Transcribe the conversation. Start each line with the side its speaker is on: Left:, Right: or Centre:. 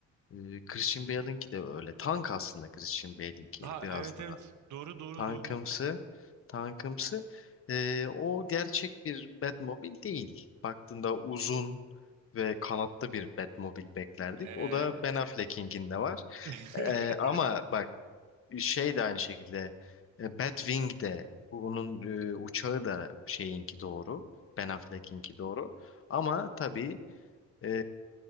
Left: Ee, Christian Bale'inki de öyle. Tank aslında Christian Bale'inki
Right: Ha
Left: biraz
Right: evet
Left: da.
Right: evet doğru doğru
Left: Tankımsı,
Right: doğru.
Left: tankımsı. Ee, o gerçek bir Batmobil değil. Baktığında uzun ve kanatlı bir Batmobil beklerdik.
Right: Evet.
Left: O da Ben Affleck'inkinde var.
Right: <laughs>
Left: Ee, ama bak şey de aynı şekilde e, Batwing de bunun e, uçağı da şeyinki doğru. Ben Affleck'inki doğru. Ama tabii
Right: Hmm.
Left: e,